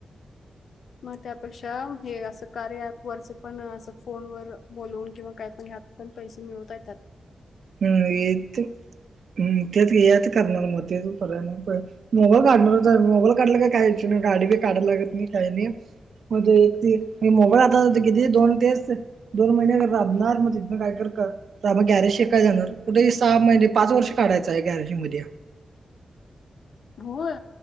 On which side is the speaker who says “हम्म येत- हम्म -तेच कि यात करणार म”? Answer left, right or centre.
Right